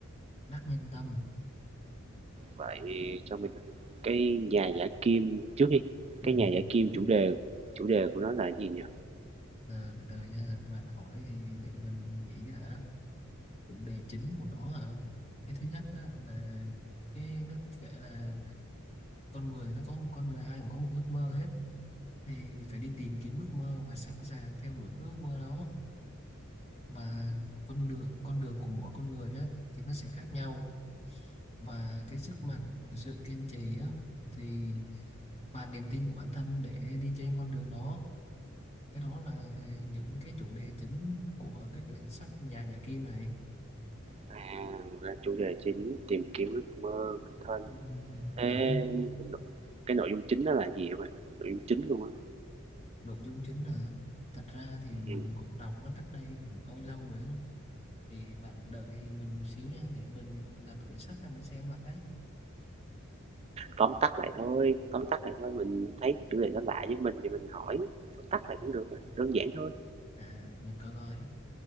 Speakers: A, on the left; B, on the right.
A: Đắc Nhân Tâm
B: vậy cho mình cái nhà giả kim trước đi,
A: ừ.
B: cái nhà giả kim chủ đề chủ đề của nó là cái gì nhỉ?
A: là từ từ nha bạn hỏi thì để mình nghĩ cái đã chủ đề chính của nó hả cái thứ nhất á, là cái nó kể là con người nó có con người ai cũng có một ước mơ hết thì phải đi tìm kiếm ước mơ và sẵn sàng theo đuổi cái ước mơ đó và con đường con đường của mỗi con người á thì nó sẽ khác nhau và cái sức mạnh của sự kiên trì á thì và niềm tin của bản thân để đi trên con đường đó cái đó là những cái chủ đề chính của cái quyển sách Nhà Giả Kim này
B: À, ra chủ đề chính tìm kiếm ước mơ bản thân.
A: Ừm,
B: Thế
A: đúng không?
B: cái nội dung chính đó là gì hả bạn? Nội dung chính luôn á?
A: nội dung chính là thật ra thì mình
B: Ừm,
A: cũng đọc nó cách đây cũng hơi lâu rồi á thì bạn đợi mình một xíu nha để mình lật quyển sách ra mình xem lại đấy
B: tóm tắt lại thôi, tóm tắt lại thôi, mình thấy chủ đề nó lạ với mình thì mình hỏi, tóm tắt lại cũng được mà, đơn giản thôi.
A: à để mình coi coi